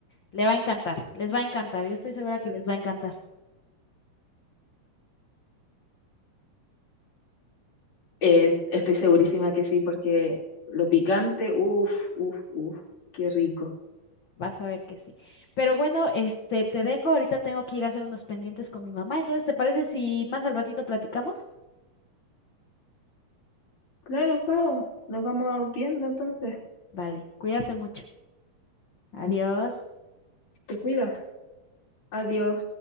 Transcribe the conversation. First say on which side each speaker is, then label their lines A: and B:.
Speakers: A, on the left; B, on the left.
A: le va a encantar, les va a encantar. Yo estoy segura que les va a encantar.
B: Eh, estoy segurísima que sí, porque lo picante, uff, uff, uff, qué rico.
A: Vas a ver que sí. Pero bueno, este, te dejo. Ahorita tengo que ir a hacer unos pendientes con mi mamá. Entonces, ¿te parece si más al ratito platicamos?
B: Claro, Pau, nos vamos viendo entonces.
A: Vale, cuídate mucho. Adiós.
B: Te cuidas. Adiós.